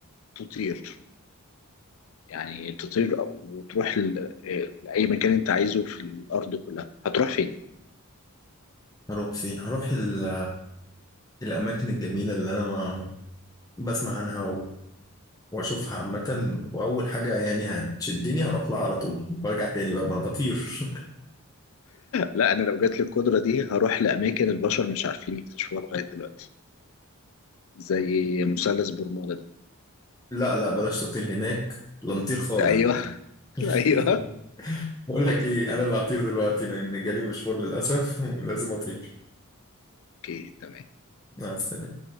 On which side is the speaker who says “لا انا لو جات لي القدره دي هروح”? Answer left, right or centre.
Left